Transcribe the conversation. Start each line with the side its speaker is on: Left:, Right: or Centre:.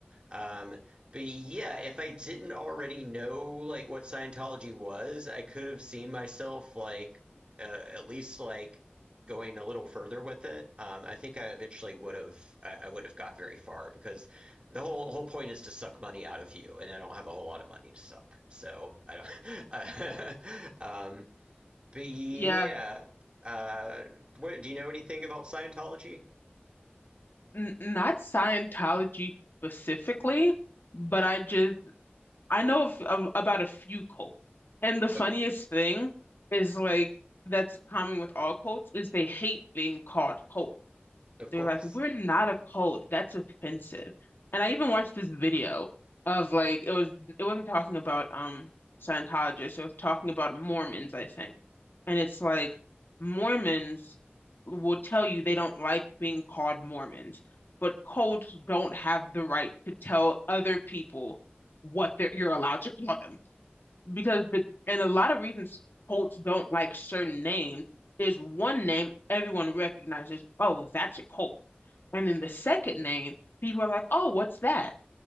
Right: um, but yeah, if I didn't already know like what Scientology was, I could have seen myself like uh, at least like going a little further with it. Um, I think I eventually would have I, I would have got very far because the whole whole point is to suck money out of you, and I don't have a whole lot of money to suck, so I don't. <laughs> um, but yeah,
Left: Yeah,
Right: uh, what, do you know anything about Scientology?
Left: n not Scientology specifically, but I just I know of, of about a few cults. And the funniest
Right: Oh,
Left: thing is like that's common with all cults is they hate being called cult.
Right: of
Left: They're
Right: course.
Left: like, we're not a cult. That's offensive. And I even watched this video of like it was it wasn't talking about um Scientologists. It was talking about Mormons, I think. And it's like Mormons will tell you they don't like being called Mormons, but cults don't have the right to tell other people what they're, you're allowed to call them. Because, but, and a lot of reasons cults don't like certain names is one name everyone recognizes, oh, that's a cult. And then the second name, people are like, oh, what's that?